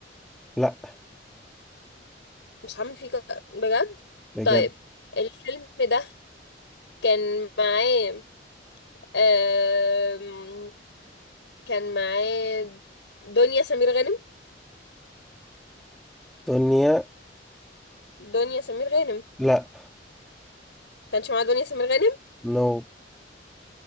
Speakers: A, in the centre; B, on the left.
A: لا
B: مش هعمل فيه كده بجد
A: بجد
B: طيب الفيلم ده كان معاه آم، كان معاه دنيا سمير غانم
A: دنيا
B: دنيا سمير غانم
A: لا
B: كانش معاه دنيا سمير غانم
A: نو